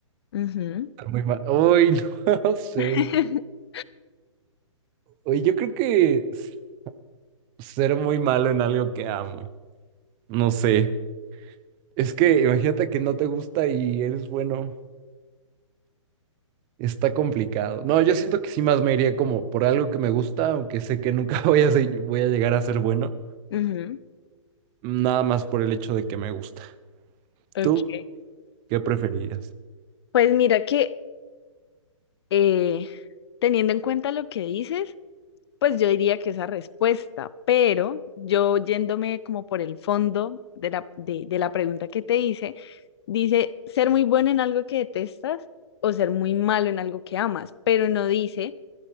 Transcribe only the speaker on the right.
Ser muy malo, Uy, <laughs> no sé.
Uy, yo creo que s- ser muy malo en algo que amo. No sé. Es que imagínate que no te gusta y eres bueno. Está complicado. No, yo siento que sí más me iría como por algo que me gusta, aunque sé que nunca <laughs> voy a ser- voy a llegar a ser bueno.
Nada más por el hecho de que me gusta.
¿Tú qué preferirías?